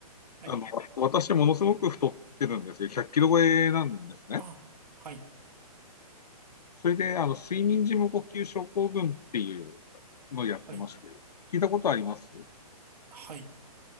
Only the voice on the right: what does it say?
はい。
あ、はい、
はい、
はい。